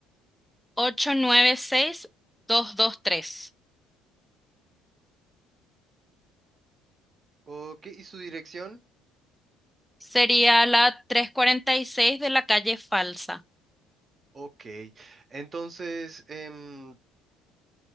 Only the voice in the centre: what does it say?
ocho nueve seis dos dos tres
Sería la 346 de la calle Falsa.